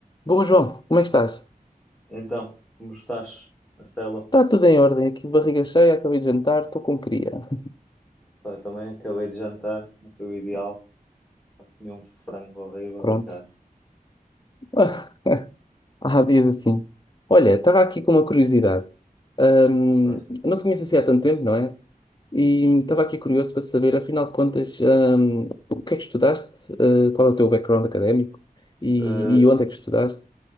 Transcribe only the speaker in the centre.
Então, como estás, Marcelo?
Pá, eu também acabei de jantar, não foi o ideal. Pá, comi um frango horrível
e caro.
Força.
Uhum.
Eh,